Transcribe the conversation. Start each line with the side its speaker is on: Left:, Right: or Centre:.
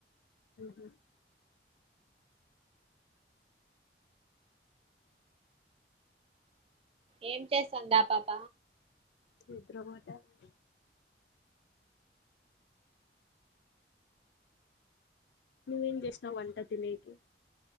Left: అహ
Right: ఏం చేస్తాందా ఆ పాప
Left: నిద్రపోతాంది నువ్వేం చేసినవ్ వంట తినెకి